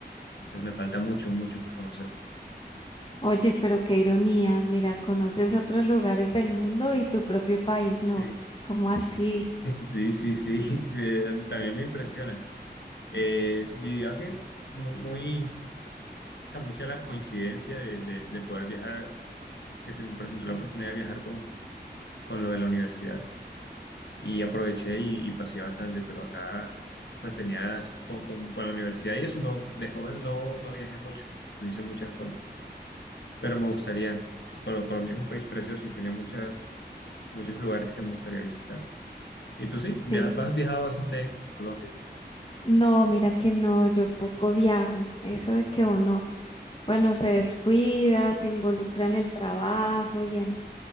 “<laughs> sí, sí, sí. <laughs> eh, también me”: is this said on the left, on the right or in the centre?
Left